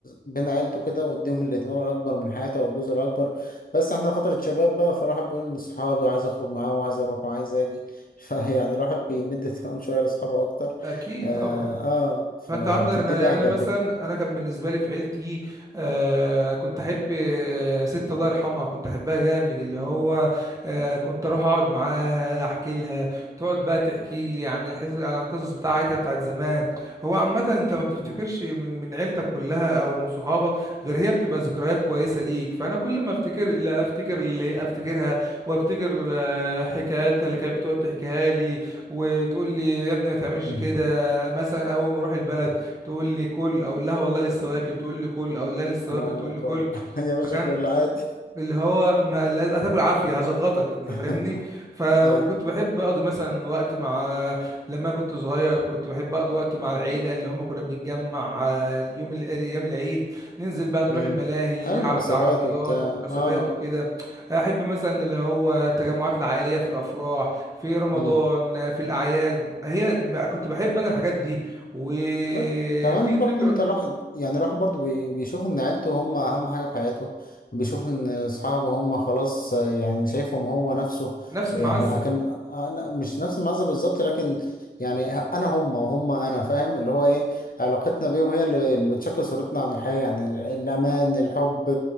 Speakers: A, on the left; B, on the right.
A: بين عيلته كده ويديهم الاهتمام الأكبر من حياته والجزء الأكبر بس احنا فترة شباب بقى فالواحد بيقول لصحابي وعايز اخرج معاهم وعايز اروح وعايز اجي <laughs> فيعني الواحد بيمد تمام شوية لاصحابه اكتر
B: اكيد
A: اه,
B: طبعا
A: آه فبتدي
B: فانت عندك أنا- يعني
A: بهجة
B: انا مثلا
A: كده
B: انا كان بالنسبه لي في عيلتي آه كنت احب آه ست الله يرحمها كنت احبها جامد اللي
A: مم.
B: هو آه كنت اروح اقعد معاها احكي لها تقعد بقى تحكي لي عن الحس عن القصص بتاعتها بتاعت زمان هو عامه انت ما بتفتكرش
A: مم.
B: من من عيلتك كلها او من صحابك غير هي بتبقى ذكريات كويسه ليك فانا كل ما افتكر لا افتكر اللي افتكرها وافتكر آه حكاياتها اللي كانت بتقعد تحكيها لي وتقول لي يا ابني ما تعملش
A: مم.
B: كده مثلا اول ما اروح البلد تقول لي كل اقول لها والله لسه واكل تقول لي كل اقول لها لسه
A: لا
B: واكل تقول
A: لا
B: لي
A: كل
B: كل
A: <laughs> يا باشا
B: فكان
A: كل عادي
B: اللي هو ما لاز- هتاكل عافيه هزغطك انت
A: <laughs>
B: فاهمني ف
A: ايوه
B: وكنت بحب اقضي مثلا وقت مع لما كنت صغير كنت بحب اقضي وقت مع العيله اللي هم كنا بنتجمع آه، اليوم ال- ايام العيد ننزل بقى نروح
A: مم.
B: الملاهي
A: على
B: نلعب
A: المناسبات
B: بالعربيات
A: وبتاع
B: والمناسبات
A: اه آه.
B: وكده احب مثلا اللي هو التجمعات العائليه في الافراح في رمضان
A: مم.
B: آه، في الاعياد هي ب- كنت بحب انا الحاجات دي وفي
A: لا كمان
B: ذكرى
A: برضه انت الواحد يعني الواحد برضه بي- بيشوف ان عيلته هم اهم حاجة في حياته بيشوف ان اصحابه هم خلاص آه، يعني شايفهم هو نفسه
B: نفس
A: يعني
B: المعزه
A: اكن انا مش نفس المعزة بالظبط لكن يعني انا هم وهم انا فاهم اللي هو ايه علاقتنا بيهم هي اللي اللي بتشكل صورتنا عن الحياة يعني ال- الامان الحب